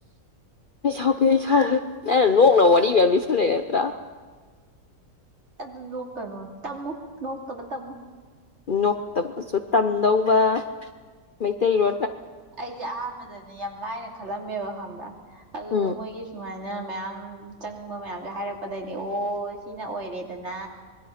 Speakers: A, on the left (about 45°); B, on the right (about 45°).
A: ꯑꯩ ꯁꯥꯎꯒꯦ ꯑꯩ ꯁꯥꯎꯒꯦ ꯑꯩꯅ ꯅꯣꯛꯅꯕ ꯋꯥꯔꯤ ꯃꯌꯥꯝ ꯂꯤꯁꯂ ꯅꯠꯇ꯭ꯔꯥ
B: ꯑꯗꯨ ꯅꯣꯛꯀꯅꯨ ꯇꯝꯃꯨ ꯅꯣꯛꯇꯕ ꯇꯝꯃꯨ
A: ꯅꯣꯛꯇꯕꯁꯨ ꯇꯝꯗꯧꯕ ꯃꯩꯇꯩꯔꯣ
B: ꯑꯩꯁꯦ ꯑꯍꯥꯟꯕꯗꯅꯦ ꯌꯥꯝ ꯂꯥꯏꯅ ꯈꯜꯂꯝꯃꯦꯕ ꯈꯪꯕ꯭ꯔꯥ ꯑꯗꯨꯒ
A: ꯎꯝ
B: ꯃꯣꯏꯒꯤ ꯁꯨꯃꯥꯏꯅ ꯑꯗꯨ ꯃꯌꯥꯝ ꯆꯪꯕ ꯃꯌꯥꯝꯁꯦ ꯍꯥꯏꯔꯛꯄꯗꯩꯗꯤ ꯑꯣ ꯁꯤꯅ ꯑꯣꯏꯔꯦꯗꯅ